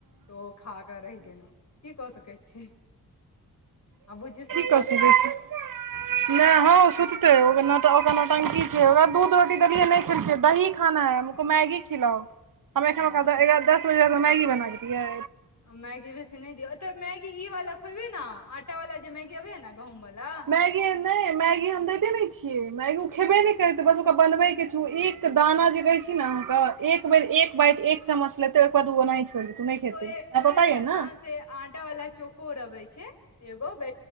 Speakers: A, on the left; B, on the right.
A: तऽ ओ खााकऽ रहि गेलहुँ कि कऽ सकैत छी आ बुझ सुन
B: टा से बेसी नहि हँ ओ तऽ सुत <inaudible> नटंकी छै। ओकरा दूध रोटी देलियै नहि खेलकै दही खाना है हमहु मैगी खिलाओ। हम एखन
A: अ
B: दस बजे में। मैगी बना देियै।
A: मैगी भसी नहि दियौत। मैगी इ वाला खोबे ने आटा वाला जे मैगी अबैया ने गहूँं वाला
B: मैगी
A: <inaudible>
B: नहि मैगी हम दैते नहि छियै मैगी ओ खेबे नहि करैतै बस ओकरा बनबैके। एक। दाना जे कहे छै। ने अहाँ के एक बेर एक बाइट एक चमच लेते ओहिके बाद न छोइर देत्तई। उ नहि खेते
A: तो
B: आ
A: ओहि
B: बताइयै
A: लए
B: ने
A: से आटा वाला चकोर अवे छै। एगोज